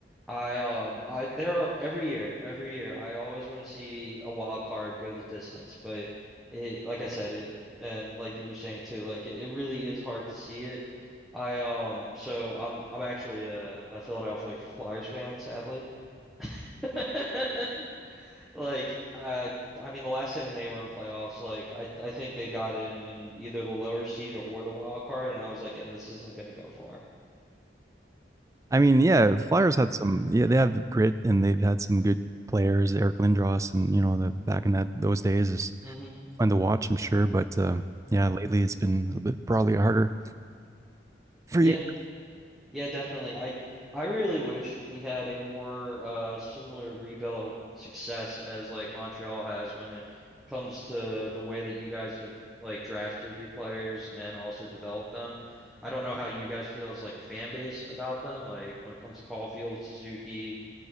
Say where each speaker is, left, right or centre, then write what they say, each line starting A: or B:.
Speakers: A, in the centre; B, on the right.
A: I um I there are every year, every year I always want to see a wild card go the distance, but it like I said it and like you were saying too, like it, it really is hard to see it. I um so I'm I'm actually a, a Philadelphia Flyers fan, sadly. <laughs> Like uh I mean the last time they were in playoffs, like I I think they got in in either the lower seed or, or the wild card and I was like, yeah, this isn't gonna go far.
B: I mean, yeah, the Flyers had some. Yeah, they have grit and they've had some good players, Eric Lindros, and you know, the back in that those days is
A: hmm
B: fun to watch, I'm sure. But um, yeah, lately it's been a little bit probably harder for
A: Yeah.
B: you.
A: Yeah, definitely. I I really wish we had a more uh similar rebuild success as like Montreal has when it comes to the way that you guys have like drafted your players and also developed them. I don't know how you guys feel as like a fan base about them, like when it comes to Caulfield, Suzuki,